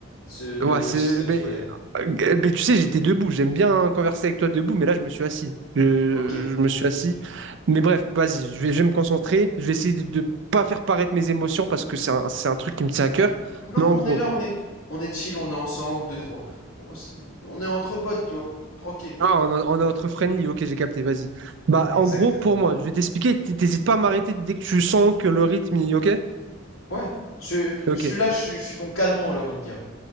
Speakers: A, on the left; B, on the right.
A: ce-
B: Ouais,
A: le, le
B: c'est.
A: système
B: Mais,
A: scolaire.
B: euh, mais tu sais, j'étais debout. J'aime bien converser avec toi debout, mais là, je me suis assis. Je,
A: Ok,
B: je me suis
A: ok.
B: assis. Mais bref, vas-y, je vais, je vais me concentrer. Je vais essayer de de pas faire paraître mes émotions parce que c'est un, c'est un truc qui me tient à cœur.
A: Non,
B: Mais en
A: mais on
B: gros,
A: est là, on est, on est chill, on est ensemble, deux, trois, on, s- on est entre potes, tu vois, tranquille.
B: ah, on, a- on est entre friendly. Ok, j'ai capté, vas-y. Bah,
A: Exactement.
B: en gros, pour moi, je vais t'expliquer. t- T'hésites pas à m'arrêter dès que tu sens que le rythme, il- ok?
A: Ouais, je,
B: Ok.
A: je suis là, je, suis- je suis ton calmant, j'ai envie de dire.